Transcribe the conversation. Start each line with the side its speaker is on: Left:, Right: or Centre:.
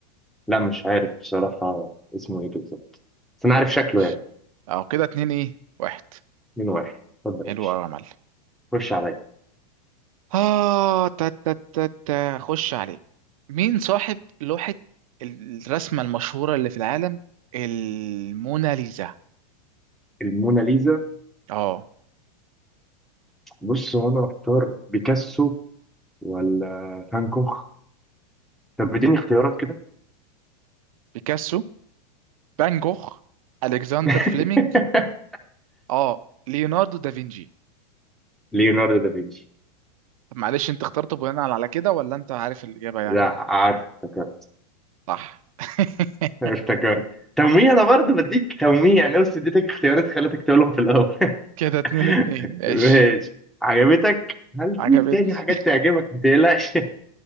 Centre: لا مش عارف بصراحة اسمه ايه بالظبط بس انا عارف شكله
Right: ماشي
Centre: يعني
Right: اه كده اتنين ايه واحد
Centre: من واحد اتفضل
Right: حلو
Centre: يا باشا
Right: قوي يا معلم
Centre: خش عليا
Right: اه تا تا تا تا خش عليك مين صاحب لوحة الرسمة المشهورة اللي في العالم الموناليزا
Centre: الموناليزا
Right: اه
Centre: بص هو انا محتار بيكاسو ولا فان كوخ طب اديني اختيارات كده
Right: بيكاسو فان جوخ الكسندر
Centre: <laughs>
Right: فليمنج اه ليوناردو دافنشي
Centre: ليوناردو دافنشي
Right: طب معلش انت اخترته بناء على كده ولا انت عارف الإجابة يعني
Centre: لا عارف افتكرت
Right: صح <laughs>
Centre: افتكرت تمويه انا برضه بديك تمويه يعني بس اديتك اختيارات خلتك تقولهم في الاول
Right: كده اتنين
Centre: <laughs>
Right: اتنين ماشي
Centre: ماشي عجبتك هل
Right: عجبتني
Centre: ديك تاني حاجات
Right: <laughs>
Centre: تعجبك ما تقلقش